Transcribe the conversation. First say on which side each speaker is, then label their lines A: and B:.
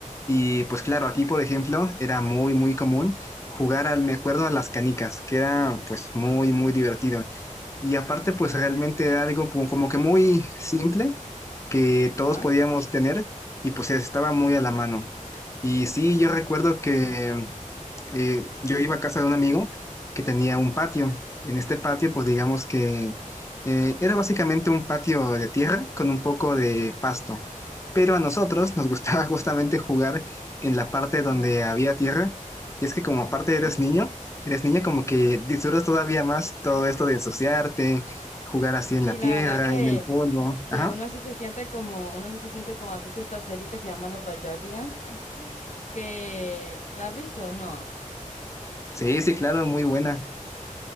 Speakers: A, on the left; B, on the left.
A: Y pues claro, aquí,
B: Sí.
A: por ejemplo, era muy, muy común jugar al, me acuerdo, a las canicas, que era pues muy, muy divertido. Y aparte, pues realmente era algo como, como que muy simple que
B: Ajá.
A: todos podíamos tener y pues estaba muy a la mano. Y sí, yo recuerdo que eh, yo iba a casa de un amigo que tenía un patio. En este patio, pues digamos que eh, era básicamente un patio de tierra con un poco de pasto. Pero a nosotros nos gustaba <laughs> justamente jugar en la parte donde
B: Ajá.
A: había tierra. Y es que como aparte
B: Ok.
A: eres niño, eres niña como que disfrutas todavía más todo esto de ensuciarte, jugar así en
B: Y
A: la tierra,
B: la verdad que,
A: en el polvo.
B: que
A: Ajá.
B: uno sí se siente como, uno sí se siente como, ¿has visto esta serie que se llama Los Backyardigans? <laughs> Que, ¿la has visto? No.
A: Sí, sí, claro, muy buena.